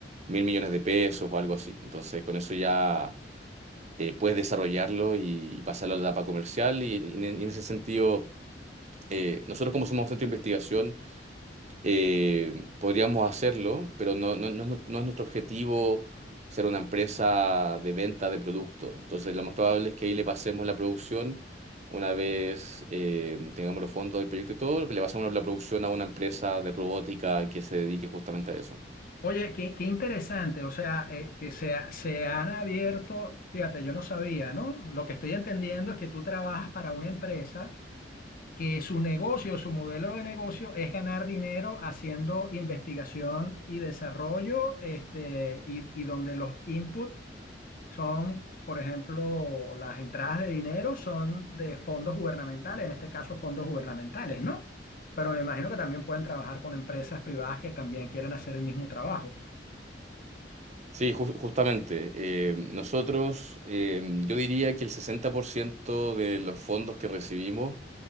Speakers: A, on the right; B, on the left.
A: mil millones de pesos o algo así. Entonces, con eso ya eh, puedes desarrollarlo y, pasarlo a la etapa comercial. Y, en en ese sentido, eh, nosotros como somos centro de investigación, eh, podríamos hacerlo, pero no, no, no, es nu- no es nuestro objetivo ser una empresa de venta de productos. Entonces, lo más probable es que ahí le pasemos la producción. Una vez eh, tengamos los fondos del proyecto y todo, le pasamos la producción a una empresa de robótica que se dedique justamente a eso.
B: Oye, qué, qué interesante, o sea, eh, que se, ha- se han abierto, fíjate, yo no sabía, ¿no? Lo que estoy entendiendo es que tú trabajas para una empresa que su negocio, su modelo de negocio es ganar dinero haciendo investigación y desarrollo, este, y, y donde los inputs son, por ejemplo, las entradas de dinero son de fondos gubernamentales, en este caso fondos gubernamentales, ¿no? Pero me imagino que también pueden trabajar con empresas privadas que también quieren hacer el mismo trabajo.
A: Sí, ju- justamente. eh, nosotros, eh, yo diría que el 60% de los fondos que recibimos,